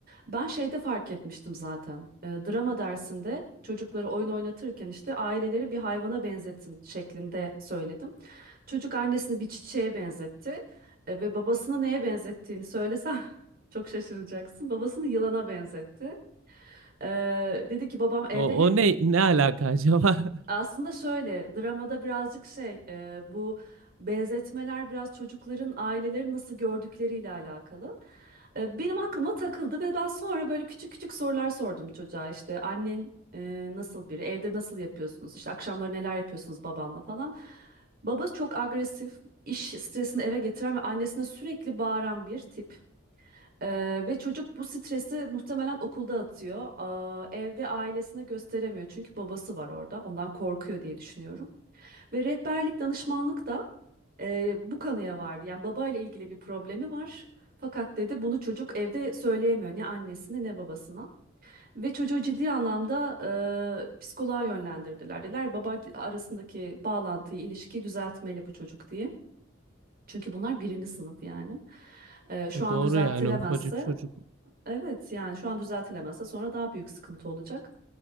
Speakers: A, on the right (about 50°); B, on the right (about 75°).
A: ben şeyde fark etmiştim zaten E, drama dersinde çocukları oyun oynatırken işte aileleri bir hayvana benzetin şeklinde söyledim çocuk annesini bir çiçeğe benzetti E, ve babasını neye benzettiğini söylesem <laughs> çok şaşıracaksın babasını yılana benzetti. E, dedi ki babam evde
B: O,
A: hep
B: o ne ne alaka acaba? <laughs>
A: aslında şöyle, dramada birazcık şey, e, bu benzetmeler biraz çocukların aileleri nasıl gördükleriyle alakalı. E, benim aklıma takıldı ve ben sonra böyle küçük küçük sorular sordum çocuğa işte annen e, nasıl biri, evde nasıl yapıyorsunuz, işte akşamları neler yapıyorsunuz babanla falan. Baba çok agresif, iş stresini eve getiren ve annesine sürekli bağıran bir tip. Ee, ve çocuk bu stresi muhtemelen okulda atıyor. Aa, evde ailesine gösteremiyor çünkü babası var orada. Ondan korkuyor diye düşünüyorum. Ve rehberlik danışmanlık da e, bu kanıya vardı. Yani babayla ilgili bir problemi var. Fakat dedi bunu çocuk evde söyleyemiyor ne annesine ne babasına. Ve çocuğu ciddi anlamda e, psikoloğa yönlendirdiler. Dediler baba arasındaki bağlantıyı, ilişkiyi düzeltmeli bu çocuk diye. Çünkü bunlar birinci sınıf yani. Ee, şu
B: E
A: an
B: doğru
A: düzeltilemezse
B: yani ufacık çocuk.
A: Evet yani şu an düzeltilemezse sonra daha büyük sıkıntı olacak.